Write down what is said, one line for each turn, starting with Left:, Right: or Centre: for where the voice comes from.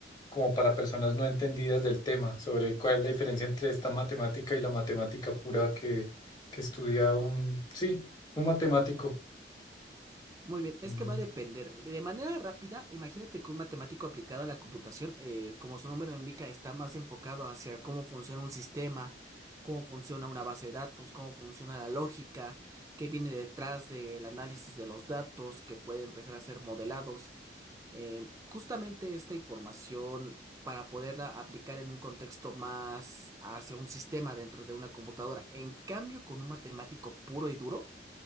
Left: como para personas no entendidas del tema, sobre cuál es la diferencia entre esta matemática y la matemática pura que, que estudia un, sí, un matemático.
Right: Muy bien, es
Left: Mm,
Right: que va a depender. De manera rápida, imagínate que un matemático aplicado a la computación, eh, como su nombre lo indica, está más enfocado hacia cómo funciona un sistema, cómo funciona una base de datos, cómo funciona la lógica, qué viene detrás del análisis de los datos que puede empezar a ser modelados. eh, justamente esta información para poderla aplicar en un contexto más hacia un sistema dentro de una computadora. En cambio, con un matemático puro y duro,